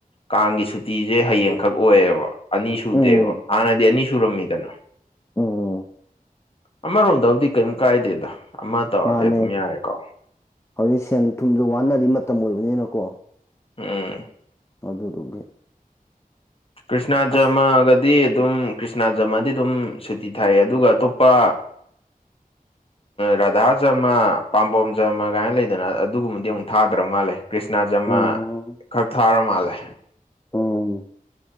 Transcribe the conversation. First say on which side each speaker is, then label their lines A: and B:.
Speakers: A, on the left (about 40°); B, on the left (about 20°).
A: ꯀꯥꯡꯒꯤ ꯁꯨꯇꯤꯁꯦ ꯍꯌꯦꯡꯈꯛ ꯑꯣꯏꯌꯦꯕ ꯑꯅꯤ ꯁꯨꯗꯦꯕ
B: ꯎꯝ
A: ꯍꯥꯟꯅꯗꯤ ꯑꯅꯤ ꯁꯨꯔꯝꯃꯤꯗꯅ
B: ꯑꯣ
A: ꯑꯃꯔꯣꯝꯗꯕꯨꯗꯤ ꯀꯩꯝ ꯀꯥꯏꯗꯦꯗ ꯑꯃ ꯇꯧꯔꯗꯤ
B: ꯃꯥꯅꯦ
A: ꯑꯗꯨꯝ ꯌꯥꯔꯦꯀꯣ
B: ꯍꯧꯖꯤꯛ ꯁꯦꯟ ꯊꯨꯝꯁꯨ ꯋꯥꯟꯅꯔꯤ ꯃꯇꯝ ꯑꯣꯏꯕꯅꯤꯅꯀꯣ
A: ꯎꯝ
B: ꯑꯗꯨꯗꯨꯒꯤ
A: ꯀ꯭ꯔꯤꯁꯅ ꯖꯔꯃꯒꯗꯤ
B: ꯑꯁ
A: ꯑꯗꯨꯝ ꯀ꯭ꯔꯤꯁꯅꯥ ꯖꯔꯃꯒꯗꯤ ꯑꯗꯨꯝ ꯁꯨꯇꯤ ꯊꯥꯏ ꯑꯗꯨꯒ ꯑꯇꯣꯞꯄ
B: <inaudible>
A: ꯔꯥꯙꯥ ꯖꯔꯃ ꯄꯥꯝꯕꯣꯝ ꯖꯔꯃ ꯒꯥꯏꯅ ꯂꯩꯗꯅ ꯑꯗꯨꯒꯨꯝꯕꯗꯤ ꯑꯃꯨꯛ ꯊꯥꯗ꯭ꯔ ꯃꯥꯜꯂꯦ꯫ ꯀ꯭ꯔꯤꯁꯅꯥ ꯖꯔꯃꯥ
B: ꯎꯝ
A: ꯈꯔ ꯊꯥꯔꯥ ꯃꯥꯜꯂꯦ
B: ꯑꯣ